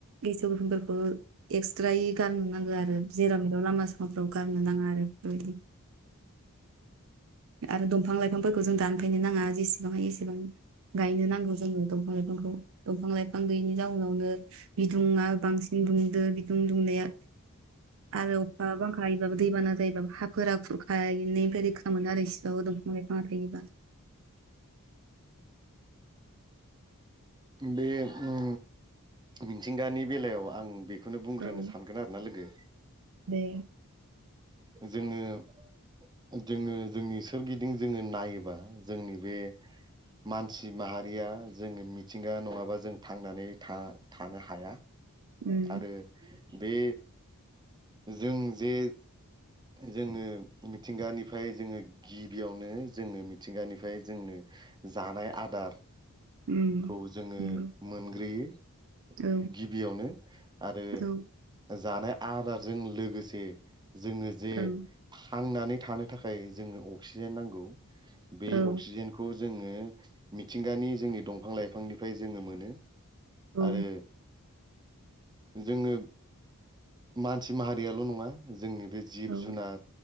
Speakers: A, on the right (about 60°); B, on the right (about 20°).
A: गेसो गोदुंफोरखौ एक्सट्रायै गारनो नांगौ आरो जेरा मेदाव लामा सामाफ्राव गारनो नाङा आरो उम आरो दंफां लाइफांफोरखौ जों दानफैनो नाङा जेसेबां हायो एसेबां गायनो नांगौ जोंङनो दंफां लाइफांखौ दंफां लाइफां गैयैनि जाउनावनो बिदुंआ बांसिन दुंदो बिदुं दुंनाया आरो अखा बांखाायोबाबो दैबाना जायोबो हाफोरा खुरखनायनिफ्राय रोखा मोनो आरो एसेबाबो दंफां लायफांआ थायोबा
B: बे उम मिथिंगानि बेलायाव आं बेखौनो बुंग्रोनो
A: औ
B: सानगोन आरो ना लोगो
A: दे
B: जोङो जोङो जोंनि सोरगिदिं जोङो नायोबा जोंनि बे मान सि माहारिया जोङो मिथिंगा नङाबा जों थांनानै थानो हाया
A: उम
B: आरो बे जों जे जोङो मिथिंगानिफ्राय जोङो गिबियावनो जोङो मिथिंगानिफ्राय जोंनो जानाय आदारखौ
A: उम
B: जोङो
A: नंगौ
B: मोनग्रोयो
A: औ
B: गिबियावनो आरो
A: औ
B: जानाय आदारजों लोगोसे जोङो दे
A: ओं
B: थांनानै थानो थाखाय जोङो अक्सिजेन नांगौ बे
A: औ
B: अक्सिजेनखौ जोङो मिथिंगानि जोंनि दंफां लाइफांनिफ्राय जोङो मोनो
A: औ
B: आरो जोङो मानसि माहारियाल' नङा जोंनि बे जिब
A: औ
B: जुनार